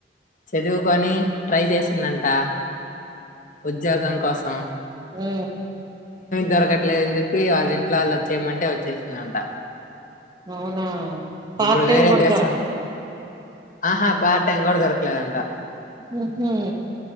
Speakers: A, on the left (about 45°); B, on the right (about 25°).
A: చదువుకొనీ ట్రై చేసిందంటా. ఉద్యోగం కోస్ అ
B: హ్మ
A: దొరకట్లేదని చెప్పీ వాళ్ళ ఇంట్లో వాళ్ళు వచ్చేయమంటే వచ్చేసిందంట.
B: అవునా. పార్ట్
A: ఇప్పుడు
B: టైం
A: వేరే
B: కూడా
A: దేశం.
B: దొరక
A: ఆహా పార్ట్ టైమ్ కూడా దొరకలేదు అంటా.
B: ఊహూ